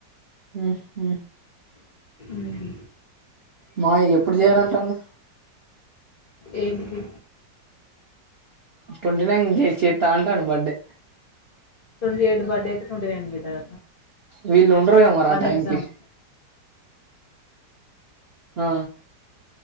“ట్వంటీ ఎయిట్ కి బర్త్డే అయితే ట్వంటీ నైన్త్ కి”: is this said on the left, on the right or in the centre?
Left